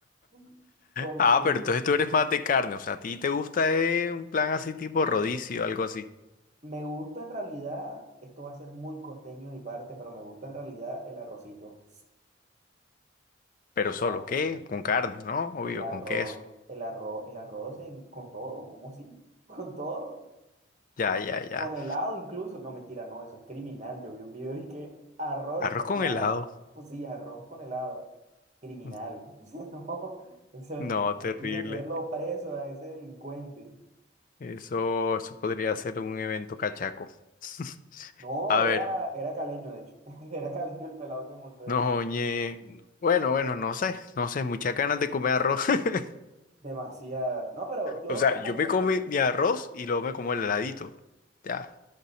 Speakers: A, on the right (about 40°); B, on the left (about 45°).
A: <laughs> Porque
B: Ah, pero entonces tú eres más de carne. O sea, ¿a ti te gusta eh, un plan así tipo rodicio, algo así?
A: me gusta en realidad, esto va a ser muy costeño de mi parte, pero me gusta en realidad el arrocito.
B: Pero
A: <sniffs>
B: solo, ¿qué? Con carne, ¿no? Obvio,
A: El arroz,
B: con queso.
A: el arroz, el arroz en- con todo, ¿cómo sí? <laughs> Con todo,
B: Ya, ya, ya.
A: con helado incluso. No, mentira, no, eso es criminal. Yo vi un video y que arroz
B: Arroz
A: con
B: con
A: helado.
B: helado.
A: Pues sí, arroz con helado. Criminal.
B: Mm,
A: <laughs> O sea, no, eso
B: No, terrible.
A: hay que meterlo preso a ese delincuente.
B: Eso, eso podría ser un evento cachaco. <laughs>
A: No,
B: A
A: era,
B: ver,
A: era caleño, de hecho. <laughs> Era caleño el pelado que montó
B: no,
A: eso.
B: oye. Bueno, bueno, no sé, no sé, muchas ganas de comer arroz. <laughs>
A: Demasiadas. No, pero yo
B: O sea,
A: en los almuerzos,
B: yo me como mi mi arroz y luego me como el heladito. Ya.